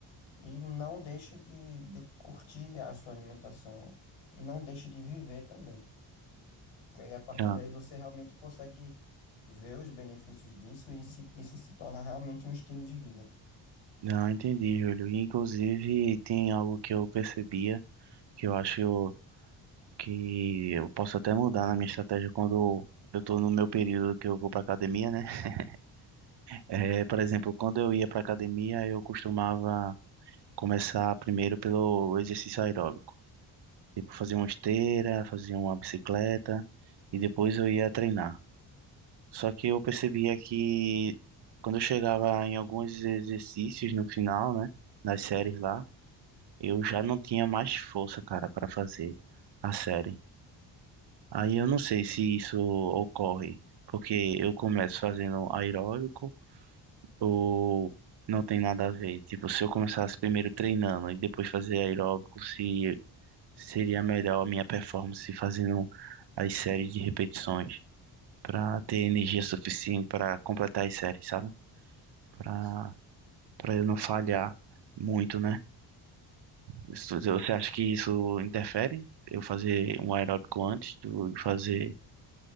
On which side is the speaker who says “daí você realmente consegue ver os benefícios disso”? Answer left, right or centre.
Left